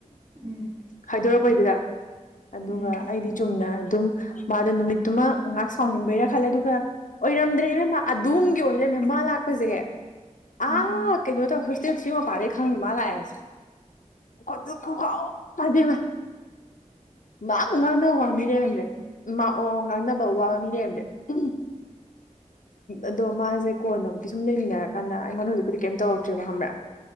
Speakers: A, on the right; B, on the left.
A: ꯎꯝ
B: ꯍꯥꯏꯗꯣꯔꯛꯄꯩꯗꯨꯗ ꯑꯗꯨꯒ
A: ꯎꯝ
B: ꯑꯩꯗꯤ ꯆꯨꯝꯅ ꯑꯗꯨꯝ ꯃꯥꯗ ꯅꯨꯃꯤꯠꯇꯨꯃ ꯉꯥꯏꯍꯥꯛ ꯁꯥꯎꯅꯤꯡꯕ ꯔ ꯈꯜꯂꯦ ꯑꯗꯨꯒ ꯑꯣꯏꯔꯝꯗ꯭ꯔꯦꯅꯦꯦꯝ ꯃꯥ ꯑꯗꯣꯝꯒꯤ ꯑꯣꯏꯔ ꯂꯩꯃꯦ ꯃꯥ ꯂꯥꯛꯄꯁꯦ
A: ꯎꯝ
B: ꯑꯥ ꯀꯩꯅꯣ ꯇꯧ ꯍꯣꯁꯇꯦꯜ ꯁꯤ ꯃꯄꯥꯗꯩ ꯈꯪꯅꯤ ꯃꯥ ꯂꯥꯛꯑꯦꯁꯦ ꯀ ꯀ ꯀꯥꯎꯗꯤꯃ ꯃꯥ ꯉꯥꯡꯅꯕ ꯋꯥ ꯃꯤꯔꯦꯔꯝꯁꯦ ꯑꯣ ꯉꯥꯡꯅꯕ ꯋꯥ ꯃꯤꯔꯦꯔꯝꯁꯦ ꯎ ꯑꯗꯣ ꯃꯥꯁꯦ ꯀꯣꯟꯅꯕꯗꯤ ꯁꯨꯝ ꯂꯩꯃꯤꯟꯅꯔꯀꯥꯟꯗ ꯑꯩꯉꯣꯟꯗ ꯍꯧꯖꯤꯛꯄꯨꯗꯤ ꯀꯩꯝ ꯇꯧꯔꯛꯇ꯭ꯔꯦꯕ ꯍꯝꯕ꯭ꯔꯥ